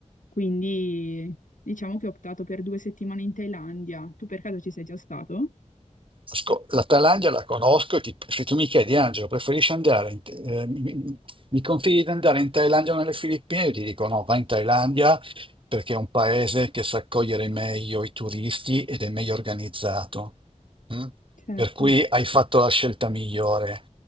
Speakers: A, on the left; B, on the right.
A: Quindi Diciamo che ho optato per due settimane in Thailandia. Tu per caso ci sei già stato?
B: Asco- La Thailandia la conosco, e ti- se tu mi chiedi, Angelo, preferisci andare, in, eh, mi, mi consigli di andare in Thailandia o nelle Filippine? Io ti dico no, vai in Thailandia perché è un paese che sa accogliere meglio i turisti ed è meglio organizzato. mm?
A: Certo,
B: Per cui hai fatto la scelta migliore.